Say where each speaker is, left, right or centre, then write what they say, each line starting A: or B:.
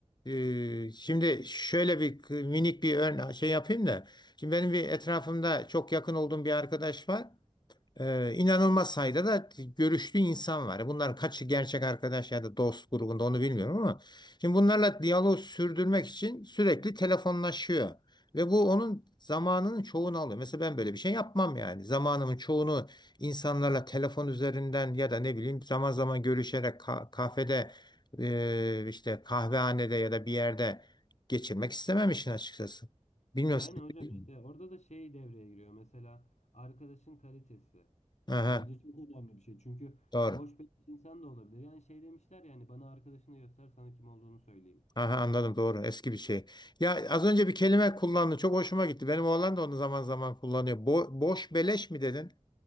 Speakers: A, on the left; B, on the left.
A: e, e, şimdi şöyle bir k- minik bir örne şey yapayım da. Şimdi benim bir etrafımda çok yakın olduğum bir arkadaş var. Ee, inanılmaz sayıda da görüştüğü insan var. Bunların kaçı gerçek arkadaş ya da dost grubunda onu bilmiyorum ama şimdi bunlarla diyalog sürdürmek için sürekli telefonlaşıyor. Ve bu onun zamanının çoğunu alıyor. Mesela ben böyle bir şey yapmam yani. Zamanımın çoğunu insanlarla telefon üzerinden ya da ne bileyim zaman zaman görüşerek ka- kafede e, işte kahvehanede ya da bir yerde geçirmek istemem işin açıkçası. Bilmiyorum.
B: Yani hocam
A: sen-
B: işte orada da şey devreye giriyor. Mesela arkadaşın kalitesi.
A: Aha,
B: Bence çok önemli bir şey. Çünkü
A: doğru.
B: boş beleş insan da olabilir. Yani şey demişler yani bana arkadaşını göster sana kim olduğunu söyleyeyim.
A: Aha, anladım doğru eski bir şey. Ya az önce bir kelime kullandın çok hoşuma gitti. Benim oğlan da onu zaman zaman kullanıyor. Bo- boş beleş mi dedin?